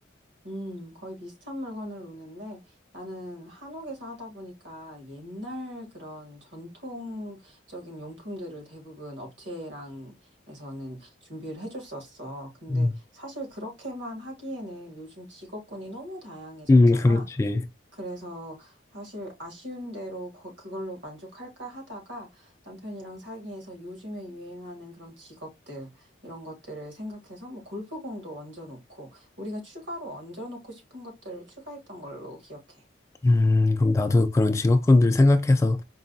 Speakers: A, on the right; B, on the left.
A: 음, 거의 비슷한 물건을 노는데 나는 한옥에서 하다 보니까 옛날 그런 전통적인 용품들을 대부분 업체랑에서는 준비를 해줬었어. 근데
B: 음,
A: 사실 그렇게만 하기에는 요즘 직업군이 너무 다양해졌잖아.
B: 음, 그렇지.
A: 그래서 사실 아쉬운 대로 거- 그걸로 만족할까 하다가 남편이랑 상의해서 요즘에 유행하는 그런 직업들 이런 것들을 생각해서 뭐 골프공도 얹어놓고 우리가 추가로 얹어놓고 싶은 것들을 추가했던 걸로 기억해.
B: 음, 그럼 나도 그런 직업군들 생각해서